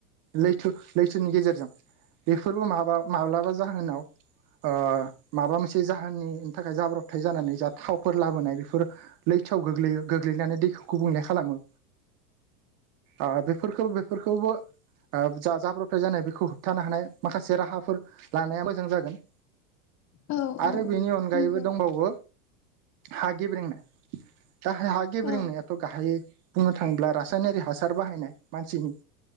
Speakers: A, on the right; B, on the left.
A: लैथो लैथोनि गेजेरजों बेफोरबो माबा माब्लाबा जाहोनाव ओ माबा मोनसे जाहोननिनि थाखाय जाब्रबथाय जानानै जा थावफोर लाबोनाय बेफोर लैथोआव गोग्लैयो गोग्लैनानै दैखौ गुबुंले खालामो। ओ बेफोरखौ बेफोरखौबो ओ जा जाब्रबथाय जानाय बेखौ होबथानो हानाय माखासे राहाफोर लानाया मोजां जागोन।
B: औ औ
A: आरो
B: औ
A: बेनि अनगायैबो
B: नंगौ
A: दंबावो हा गेब्रेंनाय <unintelligible> हा गेब्रेंनाय
B: औ
A: थ' गाहायै बुंनो थाङोब्ला रासायनारि हासार बाहायनाय मानसिनि